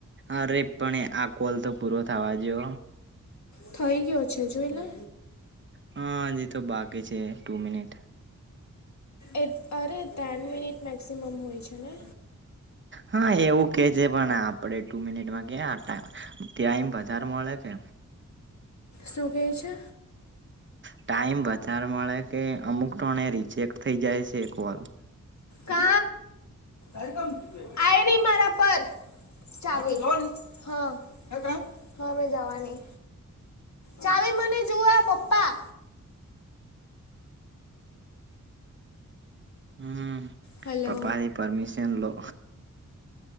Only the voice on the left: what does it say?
થઈ ગયો છે જોઈલે.
એ અરે ટેન મિનિટ મેક્સિમમ હોય છે ને.
શું કેહ છે?
કા આઈ ડી મારા પર. ચાવી હા હા મેં જવાની. ચાવી મને જુવા પપ્પા.
હલો